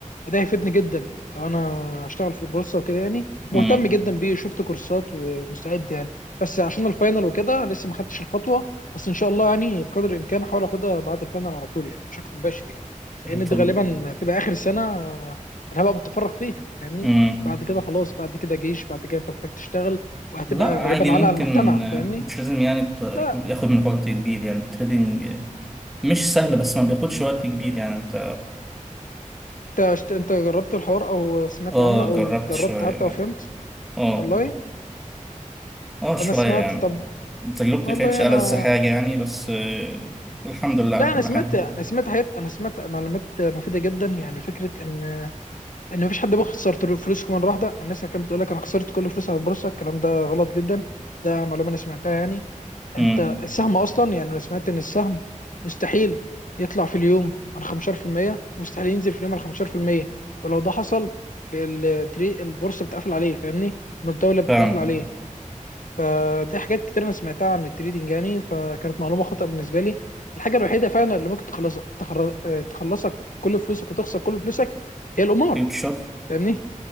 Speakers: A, on the left; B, in the centre.
A: وده هيفيدني جدا لو انا هشتغل في البورصة وكده يعني
B: مم.
A: مهتم جدا بيه شفت كورسات ومستعد يعني بس عشان الفاينل وكده لسه ما خدتش الخطوة بس ان شاء الله يعني بقدر الامكان هحاول اخدها بعد الفاينل على طول يعني بشكل مباشر يعني لان
B: طب
A: دي غالبا هتبقى اخر سنة آه، انا هبقى متفرغ فيها فاهمني
B: مم.
A: بعد كده خلاص بعد كده جيش بعد كده انت محتاج تشتغل وهتبقى
B: لا عادي
A: غالبا
B: ممكن
A: على على المجتمع
B: آه،
A: فاهمني
B: مش لازم يعني ت-
A: لا
B: ياخد منك وقت كبير يعني التريدينج آه، مش سهل بس ما بياخدش وقت كبير يعني انت
A: انت شت- انت جربت الحوار او سمعت
B: اه
A: عنه او
B: جربت
A: جربت
B: شوية
A: حتى
B: يعني
A: وفهمت
B: اه
A: والله
B: اه شوية
A: انا سمعت
B: يعني
A: طب
B: تجربتي
A: والله
B: كانتش ألذ
A: انا
B: حاجة يعني بس آه، الحمد لله على
A: لا
B: كل
A: انا سمعت
B: حال
A: انا سمعت حاجات انا سمعت معلومات مفيده جدا يعني فكره ان ان مفيش حد بيخسر طول- فلوسه مره واحده الناس اللي كانت بتقول لك انا خسرت كل فلوسي على البورصه الكلام ده غلط جدا ده معلومه انا سمعتها يعني
B: مم.
A: انت السهم اصلا يعني انا سمعت ان السهم مستحيل يطلع في اليوم عن 15% مستحيل ينزل في اليوم عن 15% ولو ده حصل التري- البورصه بتقفل عليه فاهمني الدوله بتقفل
B: فاهم
A: عليه فدي حاجات كتير انا سمعتها عن التريدينج يعني فكانت معلومه خطا بالنسبه لي الحاجه الوحيده فعلا اللي ممكن تخلصك تخر- آه، تخلصك كل فلوسك وتخسر كل فلوسك هي القمار
B: فيوتشر
A: فاهمني